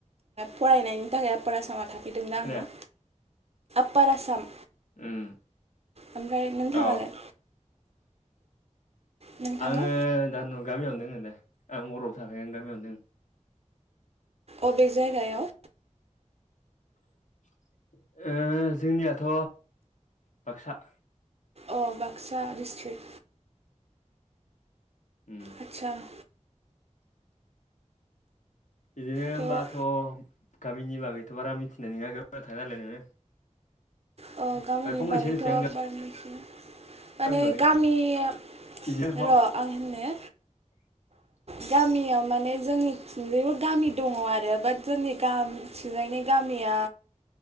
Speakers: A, on the right; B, on the left.
A: फरायनायनि थाखाय परायनाय समाव थाफैदोंना
B: खोनाया
A: आङो अपार आसाम
B: उम
A: ओमफ्राय नोंथाङालाय?
B: औ
A: नोंथाङा
B: आङो द न' गामियावनो दङ दे आं बरफ थाखायायो आं गामियावनो द।
A: अबे जायगायाव?
B: <inaudible> ओ जोंनियाथ' बाक्सा।
A: अ बाक्सा ड्रष्टिक।
B: उम
A: आतसासा
B: बिदिनो हबाथ'
A: थ'
B: गामिनि बागैथ' बारा मिथिनाय नङा गामि थाङ नालाय नोङो।
A: अ गामिनि
B: ओमफ्राय फंनैसो
A: बागैथ
B: होनोसै आं
A: बारा मिथिया।
B: गामिनि
A: माने
B: बागै
A: गामिया
B: बिदिनो
A: र
B: मा
A: आं होननो
B: <inaudible>
A: गामियाव माने जोंनिथिंजायबो गामि दङ आरो बाट जोंनि गामिसिंजायनि गामि या